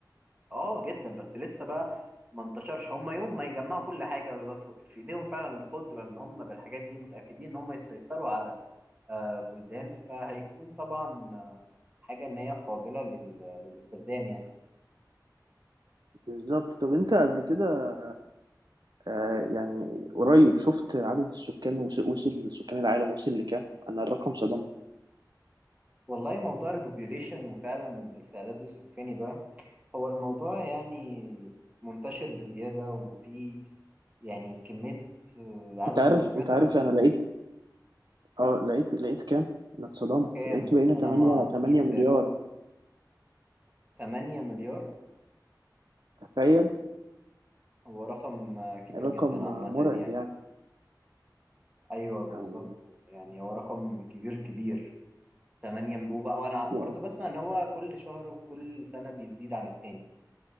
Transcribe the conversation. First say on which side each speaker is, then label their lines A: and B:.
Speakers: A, on the right; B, on the right.
A: اه جدا بس لسه بقى ما انتشرش هم يوم ما يجمعوا كل حاجه ويبقى في في ايديهم فعلا القدره ان هم بالحاجات دي متاكدين ان هم يسيطروا على آه، بلدان فهيكون طبعا آه، حاجه ان هي قابله لل- للاستخدام يعني
B: بالظبط طب انت قبل كده آه يعني قريب شفت عدد السكان وص- وصل سكان العالم وصل لكام انا الرقم صدمني
A: والله موضوع البوبيوليشن وفعلا التعداد السكاني ده هو الموضوع يعني منتشر بزياده وفي يعني كميه آه، عدد
B: انت عارف
A: انا سمعته
B: انت عارف انا لقيت اه لقيت لقيت كام انا اتصدمت
A: كام
B: لقيت بقينا
A: انا
B: 8
A: ما مش
B: 8
A: متابع
B: مليار
A: 8 مليار
B: تخيل
A: هو رقم آه، كبير
B: رقم
A: جدا عامة
B: مرعب
A: يعني
B: يعني
A: أيوه بالظبط
B: يعني
A: يعني هو رقم كبير كبير تمانية وبقى وأنا برضو
B: يعني
A: بسمع إن هو كل شهر وكل سنة بيزيد عن التاني